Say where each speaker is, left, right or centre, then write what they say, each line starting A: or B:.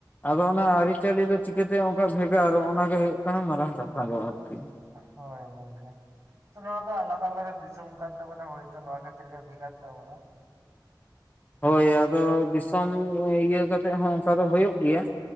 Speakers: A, on the left; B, on the right.
A: ᱟᱫᱚ ᱚᱱᱟ ᱟᱹᱨᱤᱪᱟᱹᱞᱤ ᱫᱚ ᱪᱤᱠᱟᱹ ᱛᱮ ᱚᱱᱠᱟ ᱵᱷᱮᱜᱟᱨ ᱚᱱᱟ ᱜᱮ ᱦᱩᱭᱩᱜ ᱠᱟᱱᱟ ᱢᱟᱨᱟᱝ ᱠᱟᱛᱷᱟ ᱫᱚ ᱟᱨᱠᱤ ᱾
B: ᱦᱳᱭ ᱜᱚᱢᱠᱮ ᱾ ᱱᱚᱣᱟ ᱫᱚ ᱟᱞᱟᱫᱟ ᱟᱞᱟᱫᱟ ᱫᱤᱥᱚᱢ ᱠᱟᱱ ᱛᱟᱵᱚᱱᱟ ᱦᱳᱭᱛᱚ ᱱᱚᱣᱟ ᱠᱷᱟᱹᱛᱤᱨ ᱜᱮ ᱵᱷᱮᱜᱟᱨ ᱛᱟᱵᱚᱱᱟ ᱾
A: ᱦᱳᱭ ᱟᱫᱚ ᱫᱤᱥᱚᱢ ᱤᱭᱟᱹ ᱠᱟᱛᱮ ᱦᱚᱸ ᱚᱱᱠᱟ ᱫᱚ ᱦᱩᱭᱩᱜ ᱜᱮᱭᱟ ᱾